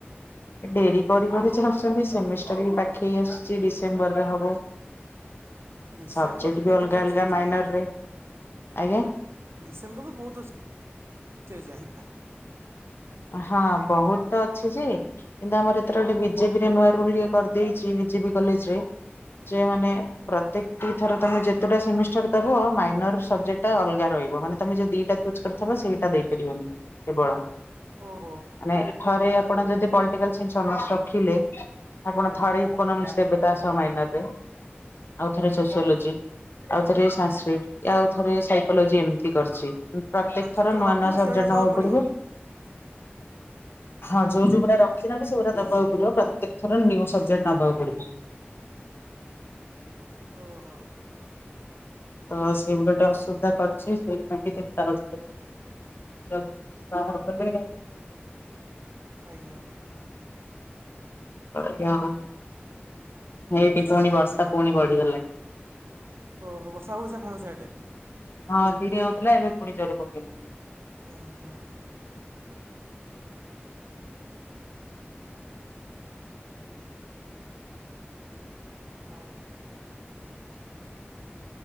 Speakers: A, on the left; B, on the right.
A: ଡେରି କରିବାକୁ ଚାହୁଁଛନ୍ତି ସେମିଷ୍ଟରା ବି ପାଖେଇ ଆସୁଛି ଡିସେମ୍ବର ହବ
B: ଡିସେମ୍ବର
A: ସବଜେଟ
B: ତ
A: ବି
B: ବହୁତ
A: ଅଲଗା
B: ଅଛି
A: ଅଲଗା
B: ଏଯାଏଁ
A: ମାଇନରରେ
B: ଆହୁରି
A: ଆଜ୍ଞା
B: ଡିସେମ୍ବର ବହୁତ ଏଯାଏ
A: ହଁ ବହୁତ ତ ଅଛି ଯେ କିନ୍ତୁ ଆମର ଏଥର ଗୋଟେ ବିଜେପିରେ ନୂଆ ରୁଲ କରିଦେଇଛି ବିଜେପି କଲେଜ ରେ ସେ ମାନେ ପ୍ରତ୍ୟେକଟି ଥର ତମେ ଯେତେଟା ସେମି ମାଇନର ସବଜେକ୍ଟା ଅଲଗା ରହିବ ମାନେ ତମେ ଯୋଉ ଦିଟା ଚୁଜ୍ କରିଥ ସେଇଟା ଦେଇପାରିବନି କେବଳ
B: ଓହୋ
A: ମାନେ ଥରେ ଆପଣ ଯଦି ପଲିଟିକାଲ ସାଇନ୍ସ ଅନର୍ସ ରଖିଲେ ଆପଣ
B: ହୁଁ
A: ଥରେ ଇକୋନୋମିକ୍ସ ଦେବେ ତା ଆସ ମାଇନରରେ ଆଉ ଥରେ ସୋସିଓଲୋଜି ଆଉ
B: ଓ
A: ଥରେ ସାସ୍କ୍ରଟି ଆଉ ଥରେ ସାଇକୋଲୋଜି ଏମିତି କରିଛି ପ୍ରତ୍ୟେକ
B: ମାନେ ଯୋଉଟା
A: ଥର
B: ତମେ
A: ନୂଆ
B: ରଖିନ
A: ନୂଆ ସବଜେଟ
B: ସେଇଟା
A: ନବାକୁ
B: ଦବାକୁ ପଡ଼ିବ।
A: ପଡିବ ହଁ ଯୋଉ ଯୋଉ ରଖି ବି ସେ ଗୁରା ଦବାକୁ ପଡିବ ପ୍ରତ୍ୟେକ ଥର ନିଉ ସବଜେକ୍ଟ ନବାକୁ ପଡିବ
B: ଓ ହୋ
A: ତ ସିଏ ବି ଗୋଟେ ଅସୁବିଧା କରିୁଛି ସେଇ ପାଇଁ ଚିନ୍ତା ଅଛି ର <unintelligible>
B: ଆଜ୍ଞା
A: ଆଜ୍ଞା, ହଉ ହେଇଟି ପୁଣି ବର୍ଷା ପୁଣି ବଢିଗଲାଣି।
B: ଓହୋ ବର୍ଷା ହଉଚି ଆପଣଙ୍କ ସିଆଡ଼େ?
A: ହଁ ଧିରେ ହଉଥିଲା ଏବେ ପୁଣି ଜୋରେ ପକେଇଚି।
B: ଉଁ, ହୁଁ। ଆଜ୍ଞା।